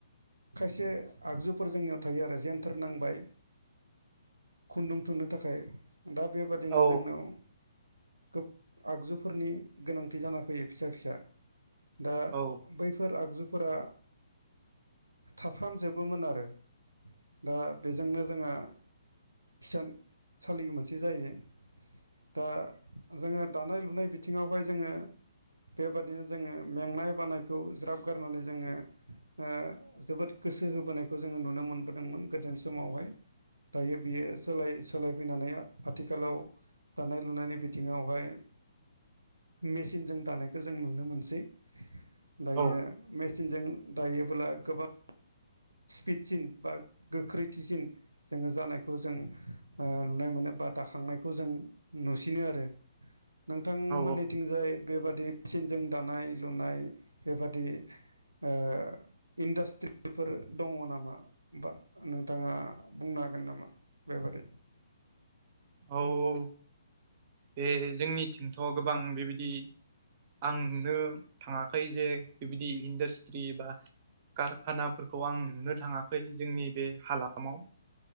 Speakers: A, on the right; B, on the right.
A: खायसे आगजुफोर जोंनियाव थायो आरो जेनथोर नांबाय खुन्दुं थुनो थाखाय दा बेबादिनो
B: औ
A: जोंनाव गोब आगजुफोरनि गोनांथि जाना फैयो फिसा फिसा दा
B: औ
A: बैफोर आगजुफोरा थाफ्रामजोबोमोन आरो दा बेजोंनो जोंहा हिसान सालि मोनसे जायो दा जोङो दानाय लुनाय बिथिङावहाय जोङो बेबादिनो जोङो मेंनाय बानायखौ ज्राब गारनानै जोङो ओ जोबोद गोसो होबोनायखौ जोङो नुनो मोनबोदोंमोन गोदोनि समावहाय दायो बियो सोलाय सोलायफैनानै आथिखालाव दानाय लुनायनि बिथिङावहाय मेचिनजों दानायखो जों नुनो मोनसै दायो
B: औ
A: मेचिनजों दायोबोला गोबां स्पिडसिन बा गोख्रैथिसिन जोङो जानायखौ जों नुनाय मोनो बा दाखांनायखौ जों नुसिनो आरो नोंथांमोननिथिंजाय
B: औ
A: बेबादि मेचिनजों दानाय लुनाय बेबादि ओ इन्डासट्रि फोर दङ नामा बा नोंथाङा बुंनो हागोन नामा बेबादि
B: औ बे जोंनिथिंथ' गोबां बेबायदि आं नुनो थाङाखै जे बेबायदि इन्डास्ट्रि बा कारखानाफोरखौ आं नुनो थाङाखै जोंनि बे हालामाव